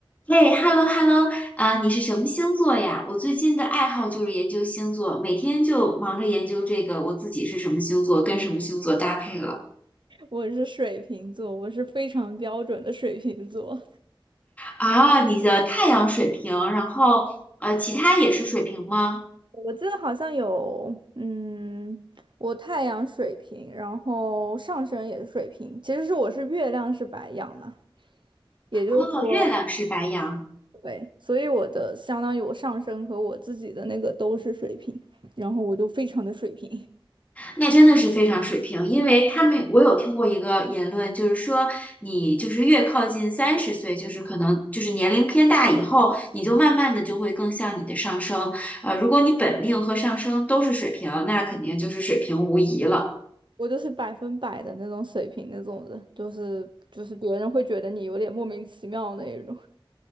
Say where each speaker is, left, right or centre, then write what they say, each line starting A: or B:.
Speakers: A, on the left; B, on the right.
A: 嘿，hello hello，啊，你是什么星座呀？我最近的爱好就是研究星座，每天就忙着研究这个我自己是什么星座，跟什么星座搭配了。
B: 我是水瓶座，我是非常标准的水瓶座。
A: 啊，你的太阳水瓶，然后呃，其他也是水瓶吗？
B: 我记得好像有，嗯，我太阳水瓶，然后上升也是水瓶，其实是我是月亮是白羊呢，也就是说，
A: 哦，月亮是白羊。
B: 对，所以我的相当于我上升和我自己的那个都是水瓶，然后我就非常的水瓶，
A: 那真的是非常水平，因为他们我有听过一个言论，就是说你就是越靠近三十岁，就是可能就是年龄偏大以后，你就慢慢的就会更像你的上升。呃，如果你本命和上升都是水平，那肯定就是水平无疑了。
B: <laughs> 我就是百分百的那种水瓶那种人，就是就是别人会觉得你有点莫名其妙那一种。